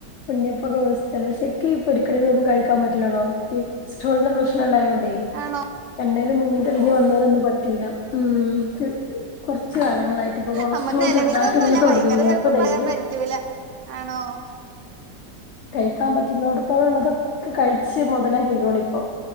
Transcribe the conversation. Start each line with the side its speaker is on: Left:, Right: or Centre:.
Left: ഉണ്യപ്പൊക്കെ വേസ്റ്റാണ് പക്ഷെ ഇക്കി പൊരിക്കടിളൊന്നും കഴിക്കാൻ പറ്റില്ലെടോ കൊളെസ്ട്രോളിന്റെ പ്രശ്നം ഉണ്ടായോ ണ്ടെ
Right: ആണോ
Left: എണ്ണേല് മുങ്ങി തെളിഞ്ഞ്
Right: ഓ
Left: വന്നോരൊന്നും പറ്റൂല മ് കൊറച്ച് കാലങ്ങളായിട്ട് ഇപ്പൊ കൊളസ്ട്രോൾ
Right: നമ്മക്ക് നിലവിലതൊന്നുല്ല
Left: ചെറുതായിട്ട്ങ്ങനെ തൊടങ്ങിക്ണു
Right: വൈകാതെ ചെലപ്പോ
Left: അപ്പൊ ഡെയിലി
Right: പറയാൻ പറ്റൂല ആണോ
Left: കഴിക്കാൻ പറ്റുന്നിടത്തോളം ഉള്ളതൊക്കെ കഴിച്ച് മൊതലാക്കിക്കോളി ഇപ്പോ